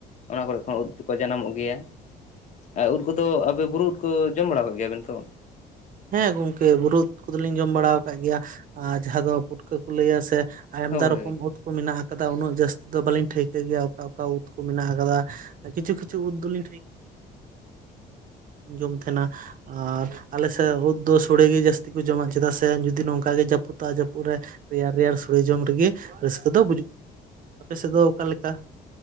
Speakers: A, on the left; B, on the right.
A: ᱚᱱᱟ ᱠᱚᱨᱮ ᱠᱷᱚᱱ ᱩᱫ ᱠᱚ ᱡᱟᱱᱟᱢᱚᱜ ᱜᱮᱭᱟ ᱟᱨ ᱩᱫ ᱠᱚᱫᱚ ᱟᱯᱮ ᱵᱩᱨᱩ ᱩᱫ ᱠᱚ ᱡᱚᱢ ᱵᱟᱲᱟ ᱟᱠᱟᱫ ᱜᱮᱭᱟ ᱵᱮᱱ ᱛᱚ
B: ᱦᱮᱸ ᱜᱚᱝᱠᱮ ᱵᱩᱨᱩ ᱩᱫ ᱠᱚᱫᱚᱞᱤᱧ ᱡᱚᱢ ᱵᱟᱲᱟ ᱟᱠᱟᱫ ᱜᱮᱭᱟ ᱟᱨ ᱡᱟᱦᱟᱸ ᱫᱚ ᱯᱩᱴᱠᱟᱹ ᱠᱚ ᱞᱟᱹᱭᱟ ᱥᱮ ᱟᱢᱟᱫᱟ
A: ᱦᱳᱭ
B: ᱨᱚᱠᱚᱢ ᱩᱫ ᱠᱚ ᱢᱮᱱᱟᱜ ᱟᱠᱟᱫᱟ ᱩᱱᱟᱹᱜ ᱡᱟᱹᱥᱛᱤ ᱫᱚ ᱵᱟᱹᱞᱤᱧ ᱴᱷᱟᱹᱭᱠᱟᱹ ᱜᱮᱭᱟ ᱚᱠᱟ ᱚᱠᱟ ᱩᱫ ᱠᱚ ᱢᱮᱱᱟᱜ ᱟᱠᱟᱫᱟ ᱟᱨ ᱠᱤᱪᱷᱩ ᱠᱤᱪᱷᱩ ᱩᱫ ᱫᱚᱞᱤᱧ ᱴᱷᱤ ᱡᱚᱢ ᱛᱟᱦᱮᱱᱟ ᱟᱨ ᱟᱞᱮ ᱥᱮᱫ ᱥᱮ ᱩᱫᱽ ᱫᱚ ᱥᱚᱲᱮᱜᱮ ᱡᱟᱹᱥᱛᱤ ᱠᱚ ᱡᱚᱢᱟ ᱪᱮᱫᱟᱜ ᱥᱮ ᱡᱩᱫᱤ ᱱᱚᱝᱠᱟ ᱜᱮ ᱡᱟᱹᱯᱩᱫ ᱫᱟ ᱡᱟᱹᱯᱩᱫ ᱨᱮ ᱨᱮᱭᱟᱲ ᱨᱮᱭᱟᱲ ᱥᱳᱲᱮ ᱡᱚᱢ ᱨᱮᱜᱮ ᱨᱟᱹᱥᱠᱟᱹ ᱫᱚ ᱵᱩᱡᱩᱜ ᱛᱟᱦᱮᱸ ᱟᱯᱮ ᱥᱮᱫ ᱫᱚ ᱚᱠᱟ ᱞᱮᱠᱟ